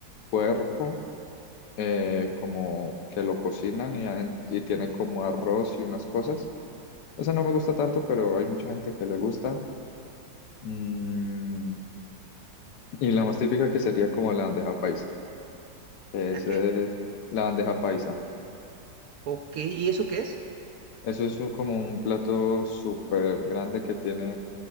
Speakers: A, on the left; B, on the right.
A: puerco, eh, como que lo cocinan y, aden- y tiene como arroz y unas cosas. Esa no me gusta tanto, pero hay mucha gente que le gusta. Mm, Y la más típica que sería como la bandeja paisa, que
B: ¿La
A: es
B: qué?
A: eh, la bandeja paisa.
B: Ok, ¿y eso qué es?
A: Eso es un- como un plato súper grande que tiene